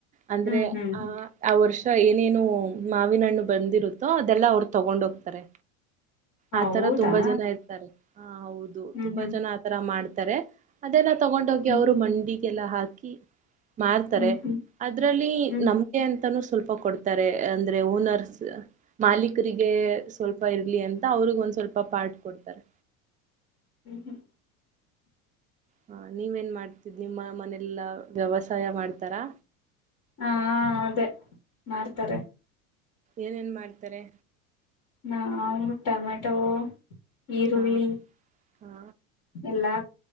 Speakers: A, on the right; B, on the left.
A: ಅಂದ್ರೆ
B: ಹ್ಮ್ ಹ್ಮ್
A: ಆ
B: ಹ್ಮ್
A: ಆ ವರ್ಷ ಏನೇನು ಮಾವಿನ ಹಣ್ಣು ಬಂದಿರುತ್ತೋ ಅದೆಲ್ಲಾ ಅವ್ರು ತಗೊಂಡ ಹೋಗ್ತಾರೆ
B: ಹೌದಾ
A: ಆತರ ತುಂಬಾ ಜನ ಇರ್ತಾರೆ ಹ ಹೌದು
B: ಹ್ಮ್
A: ತುಂಬಾ
B: ಹ್ಮ್
A: ಜನ ಆತರ ಮಾಡ್ ತರೆ ಅದೆಲ್ಲ ತೊಗೊಂಡ್ ಹೋಗಿ
B: ಹ್ಮ್
A: ಅವ್ರ ಮಂಡಿ ಎಲ್ಲ ಹಾಕಿ ಮಾರ್ತಾರೆ
B: ಹ್ಮ್ ಹ್ಮ್
A: ಅದ್ರಲ್ಲಿ
B: ಹ್ಮ್
A: ನಮ್ಗೆ ಅಂತನ ಸ್ವಲ್ಪ ಕೊಡ್ತಾರೆ ಅಂದ್ರೆ ಓನರ್ಸ್ ಮಾಲೀಕರಿಗೆ ಸ್ವಲ್ಪ ಇರ್ಲಿ ಅಂತ ಅವ್ರಗ ಒಂದ್ ಸ್ವಲ್ಪ ಪಾರ್ಟ್ ಕೊಡ್ತಾರೆ
B: ಹ್ಮ್ ಹ್ಮ
A: ಹ ನೀವೇನ್ ಮಾಡ್ತಿದಿ ನಿಮ್ಮ ಮನೆೆಯಲ್ಲಾ ವ್ಯವಸಾಯ ಮಾಡ್ತಾರಾ
B: ಹಾ ಅದೇ ಮಾಡ್ತಾರೆ
A: ಏನೇನ್ ಮಾಡ್ತಾರೆ
B: ನಾವು ಟೊಮೆಟೊ ಈರುವರುವಿ
A: ಹಾ ಹಾ
B: ಎಲ್ಲಾ